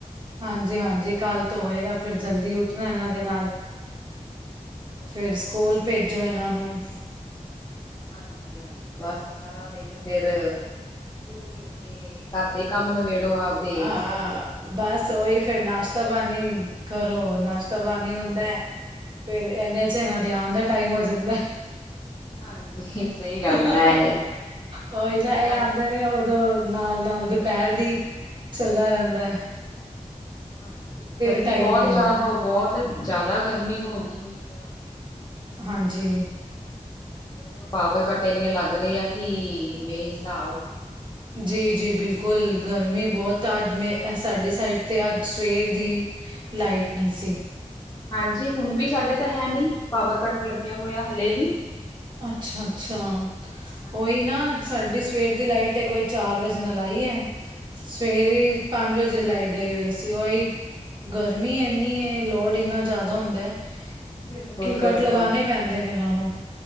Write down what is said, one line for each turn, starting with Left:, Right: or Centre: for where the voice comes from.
Right: ਹਾਂਜੀ-ਹਾਂਜੀ ਕਾਲ ਤੋਂ ਹੋਏਗਾ, ਫਿਰ ਜਲਦੀ ਉੱਠਣਾ ਇਹਨਾਂ ਦੇ ਨਾਲ
Left: ਬਿਲਕੁਲ-ਬਿਲਕੁਲ।
Right: ਫੇਰ, ਸਕੂਲ ਭੇਜੋ ਏਹਨਾਂ ਨੂੰ
Left: ਹਾਂਜੀ-ਹਾਂਜੀ ਬਸ ਸਾਰਾ ਦਿਨ ਫੇਰ ਸਕੂਲ ਭੇਜ ਕੇ ਘਰ ਦੇ ਕੰਮ, ਨਬੇੜੋ ਆਪਦੇ
Right: ਹਾਂ ਬਸ ਉਹੀ ਫੇਰ, ਨਾਸ਼ਤਾ ਪਾਣੀ ਕਰੋ, ਨਾਸ਼ਤਾ ਪਾਣੀ ਹੁੰਦਾ ਫੇਰ ਇਹਨੇ ਚ, ਇਹਨਾਂ ਦੇ ਆਣ ਦਾ ਟਾਈਮ ਹੋ, ਜਾਂਦਾ
Left: ਹਾਂਜੀ। ਸਹੀ ਗੱਲ
Right: ਹਾ, ਹਾ,
Left: ਹੈ
Right: ਹਾ ਊਹਿਨਾ,
Left: ਇਹਨਾਂ
Right: ਇਹ ਆਦੇ ਨੇ ਉਦੋਂ ਨਾਲ-ਨਾਲ ਦੁਪਹਿਰ ਦੀ ਚੱਲਦਾ ਰਹਿੰਦਾ ਏ,
Left: ਹਾਂਜੀ, ਇੱਕ ਗਰਮੀ
Right: ਟਾਈਮ
Left: ਬਹੁਤ
Right: ਨੀ ਹੁੰਦਾ
Left: ਜਿਆਦਾ ਬਹੁਤ ਜ਼ਿਆਦਾ ਗਰਮੀ ਹੋ ਗਈ ਹੋਈ ਆ।
Right: ਹਾਂਜੀ।
Left: ਉੱਧਰੋਂ ਪਾਵਰ ਕੱਟ, ਇੰਨੇ ਲੱਗ ਰਹੇ ਆ ਕਿ ਬੇਹਿਸਾਬ
Right: ਜੀ-ਜੀ ਬਿਲਕੁਲ, ਗਰਮੀ ਬਹੁਤ ਆ ਅੱਜ ਮੈਂ ਸਾਡੇ ਸਾਈਡ ਤੇ, ਅੱਜ ਸਵੇਰ ਦੀ ਲਾਈਟ, ਨਹੀਂ ਸੀ।
Left: ਹਾਂਜੀ, ਹੁਣ ਵੀ ਸਾਡੇ ਤੇ ਹੈ ਨਈ, ਪਾਵਰ ਕੱਟ ਲੱਗਿਆ ਹੋਇਆ ਹਲੇ ਵੀ
Right: ਅੱਛਾ-ਅੱਛਾ
Left: ਹਾਂਜੀ
Right: ਉਹੀ
Left: ਹਾਂਜੀ
Right: ਨਾ ਸਾਡੀ ਸਵੇਰ ਦੀ ਲਾਈਟ, ਕੋਈ ਚਾਰ ਵਜੇ ਨਾਲ ਆਈ ਹੈ। ਸਵੇਰੇ ਪੰਜ ਵਜੇ, ਲਾਈਟ ਗਈ ਹੋਈ ਸੀ ਉਹੀ ਗਰਮੀ ਏਨੀ ਏ, ਲੋੜ ਇੰਨਾ ਜ਼ਿਆਦਾ ਹੁੰਦਾ ਹੈ।
Left: ਬਿਲਕੁਲ
Right: ਕੀ,
Left: ਬਿਲਕੁਲ
Right: ਕਟ ਲਗਾਣੇ ਪੈਂਦੇ ਨੇ, ਉਹਨਾਂ ਨੂੰ